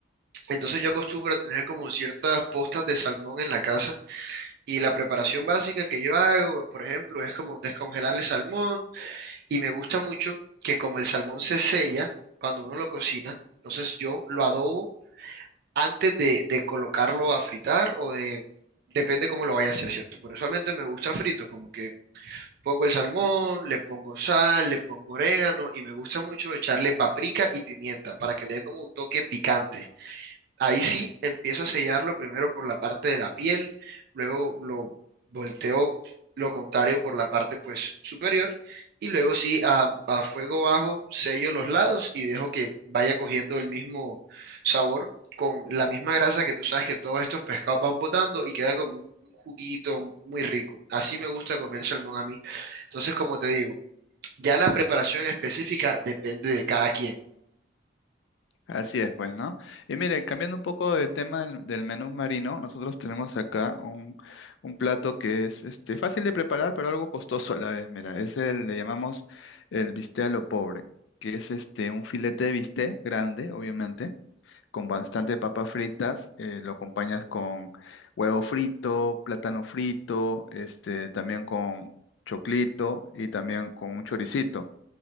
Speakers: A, on the right (about 60°); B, on the left (about 80°).
A: Entonces yo acostumbro a tener como ciertas postas de salmón en la casa y la preparación básica que yo hago, por ejemplo, es como descongelar el salmón y me gusta mucho que como el salmón se sella cuando uno lo cocina, entonces yo lo adobo antes de, de colocarlo a fritar o de... Depende cómo lo vaya a hacer, ¿cierto? Pero usualmente me gusta frito, como que pongo el salmón, le pongo sal, le pongo orégano y me gusta mucho echarle paprika y pimienta para que le dé como un toque picante. Ahí sí empiezo a sellarlo primero por la parte de la piel, luego lo volteo lo contrario por la parte pues superior y luego sí a, a fuego bajo sello los lados y dejo que vaya cogiendo el mismo sabor con la misma grasa que tú sabes que todos estos pescados van botando y queda como un juguito muy rico. Así me gusta comer salmón a mí. Entonces, como te digo, ya la preparación específica depende de cada quien.
B: así es, pues, ¿no? Y mire, cambiando un poco del tema del, del menú marino, nosotros tenemos acá un, un plato que es este, fácil de preparar, pero algo costoso a la vez, mira, es el, le llamamos el bistec a lo pobre, que es este, un filete de bistec grande, obviamente con bastante papas fritas, eh, lo acompañas con huevo frito, plátano frito, este, también con choclito y también con un choricito.